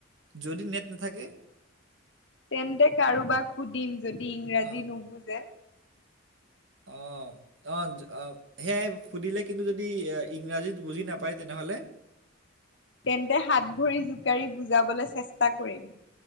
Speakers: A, on the right; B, on the left.
A: যদি নেট নাথাকে
B: তেন্তে কাৰোবাক সুধিম যদি ইংৰাজী
A: অঁ
B: নুবুজে
A: অ অঁ অ সেয়াই সুধিলে কিন্তু যদি ইংৰাজীত বুজি নাপায় তেনেহ'লে
B: তেন্তে হাত ভৰি জোকাৰি বুজাবলে চেষ্টা কৰিম